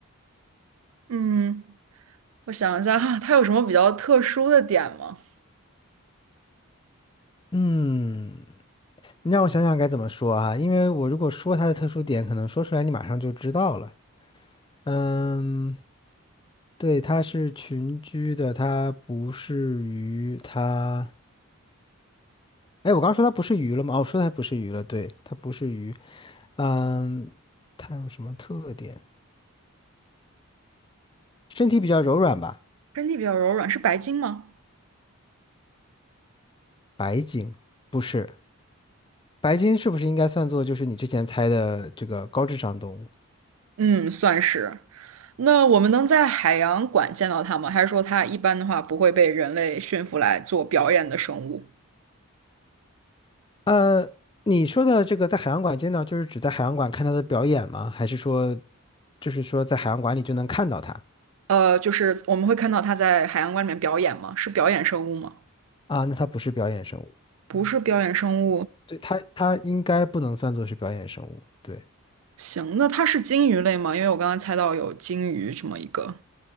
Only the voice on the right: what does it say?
嗯，我想一下哈，它有什么比较特殊的点吗？
身体比较柔软，是白鲸吗？
嗯，算是。那我们能在海洋馆见到它吗？还是说它一般的话不会被人类驯服来做表演的生物？
呃，就是我们会看到它在海洋馆里面表演吗？是表演生物吗？
不是表演生物。
行，那它是鲸鱼类吗？因为我刚刚猜到有鲸鱼这么一个。